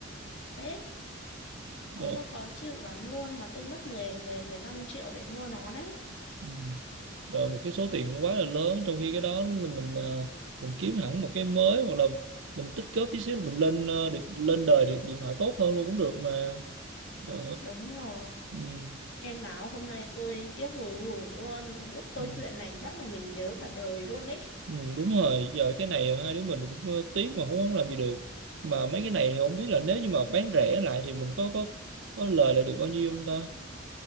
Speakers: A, on the left (about 65°); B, on the right (about 70°).
A: đấy nó
B: ờ,
A: nó khó chịu lắm luôn mà tôi mất mười mười mười 15 triệu để mua nó đấy
B: ừ. rồi một cái số tiền quá là lớn trong khi cái đó là mình ờ, mình kiếm hẳn một cái mới hoặc là mình tích góp tí xíu rồi mình lên ờ, điện, lên đời điện, điện thoại tốt hơn luôn cũng được mà ờ,
A: đúng rồi
B: ừ,
A: nên là hôm nay tôi tiếc hùi hùi luôn Lúc câu
B: ừ,
A: chuyện này chắc là mình nhớ cả đời luôn ấy
B: ừ, đúng rồi giờ cái này hai đứa mình cũng ờ, tiếc mà cũng không làm gì được mà mấy cái này thì không biết là nếu như mà bán rẻ lại thì mình có có có lời lại được bao nhiêu không ta